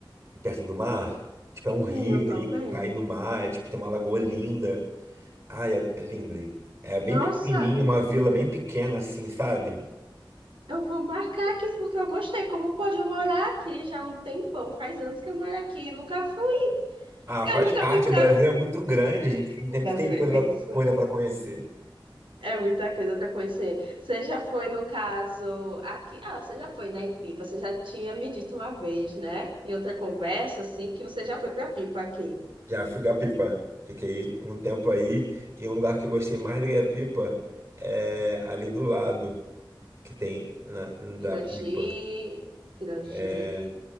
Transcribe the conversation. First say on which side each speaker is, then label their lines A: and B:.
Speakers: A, on the right; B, on the right.
A: perto do mar? Tipo, é um rio
B: Sim, eu tô
A: aí
B: vendo.
A: que cai no mar, é tipo, tem uma lagoa linda. Ai, é, é lindo aí. É bem
B: Nossa,
A: pequenininho, uma vila bem pequena assim, sabe?
B: Eu vou marcar aqui porque eu gostei. Como pode eu morar aqui já há um tempão, faz anos que eu moro aqui, nunca fui.
A: Ah,
B: Eu
A: faz
B: nunca
A: parte,
B: fui para.
A: o Brasil é muito grande, a gente sempre
B: O Brasil
A: tem
B: é
A: coisa,
B: imenso.
A: coisa para conhecer.
B: É muita coisa para conhecer. Você já foi, no caso, aqui. Ah, você já foi na Pipa, você já tinha me dito uma vez, né? Em outra conversa, assim, que você já foi para Pipa aqui.
A: Já fui Gapipa. Fiquei um tempo aí e um lugar que eu gostei mais do Gapipa é ali do lado que tem na, da
B: Pirangi,
A: Pipa.
B: Pirangi,
A: É,